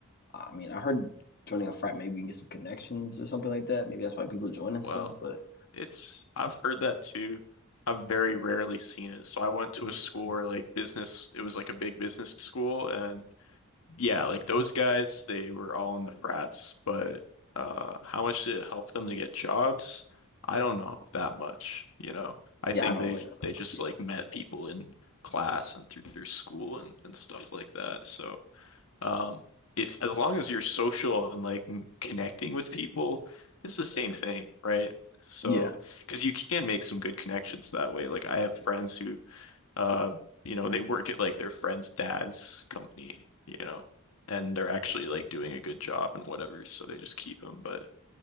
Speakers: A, on the left (about 45°); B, on the left (about 65°).
A: I mean, I heard joining a frat maybe you can get some connections or something like that. Maybe that's why people join and stuff.
B: Well,
A: But
B: it's I've heard that too. I've very rarely seen it. So I went to a school where like business, it was like a big business school, and yeah, like those guys, they were all in the frats. But uh, how much did it help them to get jobs? I don't know that much. You know, I
A: yeah,
B: think
A: I don't
B: they
A: really know that
B: they just
A: much either.
B: like met people in class and through their school and and stuff like that. So. Um, if as long as you're social and like m- connecting with people, it's the same thing, right? So,
A: Yeah,
B: because you can make some good connections that way. Like I have friends who, uh, you know, they work at like their friend's dad's company, you know, and they're actually like doing a good job and whatever, so they just keep them. But